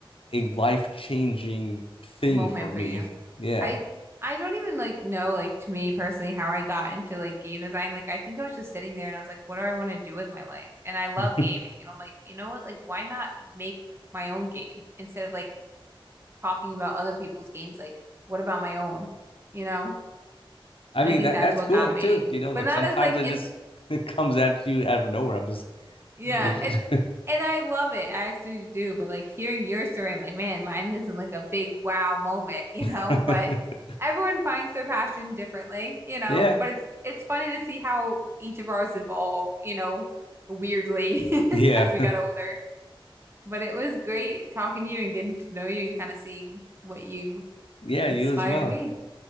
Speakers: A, on the left; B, on the right.
A: a life changing thing
B: moment
A: for me
B: for you.
A: yeah
B: I I don't even like know like to me personally how I got into like game design. Like I think I was just sitting there and I was like, what do I want to do with my life? And I love
A: <laughs>
B: gaming. And I'm like, you know what? Like why not make my own game instead of like talking about other people's games? Like what about my own? You know?
A: I
B: And
A: mean
B: I think
A: that
B: that's
A: that's
B: what
A: cool
B: got me.
A: too. You know,
B: But
A: like
B: not
A: sometimes
B: as like
A: it
B: in
A: just <laughs> it comes at you out of nowhere. I'm just,
B: Yeah,
A: you just
B: it's and I love it. I actually do, but like hearing your story, I'm like, man, mine isn't like a big wow moment, <laughs> you know,
A: <laughs>
B: but everyone finds their passion differently, you know,
A: yeah,
B: but it's it's funny to see how each of ours evolved, you know, weirdly <laughs>
A: yeah,
B: as we got older. But it was great talking to you and getting to know you and kind of seeing what you
A: <laughs> yeah. You
B: inspire
A: as well.
B: to be.